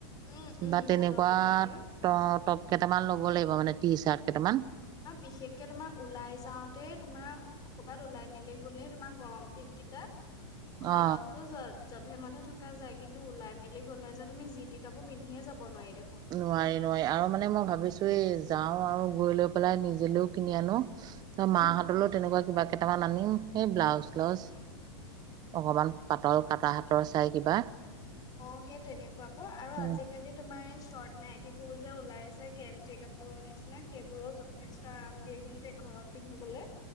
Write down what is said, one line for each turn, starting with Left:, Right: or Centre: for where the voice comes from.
Left: উম উম
Right: বা তেনেকোৱা
Left: পাতল পাতলকে
Right: ত কেইটামান ল'ব লাগিব মানে টি চাৰ্ট কেইটান
Left: অ বিশেষকে তোমাৰ ওলাই যাওঁতে তোমাৰ কৰ'বাত ওলাই মেলি গলে তোমাক গৰম দিন কিতাত ঘৰতো
Right: অ
Left: জল জধে মধে থকা যায় কিন্তু ওলাই মিলি গ'লে যে তুমি জি তি কাপোৰ পিন্ধিয়ে যাব নোৱাৰি দেখোন
Right: নোৱাৰি নোৱাৰি আৰু মানে মই ভাবিছো এই যাওঁ আৰু ৰি লৈ পেলাই নিজিলেও কিনি আনো ত
Left: উম
Right: মাহঁতলৈও তেনেকোৱা কিবা কেইটামান আনিম এই ব্লাউজ চেলাউজ
Left: উম উম
Right: অকমান পাতল কটা হাতৰ চাই কিবা
Left: অঁ সেই তেনেকোৱা ক আৰু আজিকালি
Right: উম
Left: তোমাৰ চৰ্ট নাইটীবোৰ যে ওলাইছে গেঞ্জি কাপোৰৰ নিচিনা সেইবোৰো যথেষ্ট আৰাম দিয়ে কিন্তু ঘৰত পিন্ধিবলে